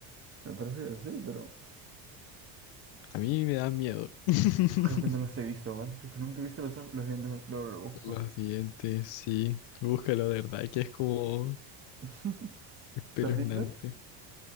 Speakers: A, on the right; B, on the left.
A: Me parece que sí, pero
B: A mí me da miedo. <laughs>
A: creo que no los he visto, Juan. Creo que nunca he visto los ojos, los dientes, luego lo busco.
B: Los dientes, sí. Búscalo, de verdad, que es como
A: <laughs>
B: espeluznante.
A: ¿Te rindes?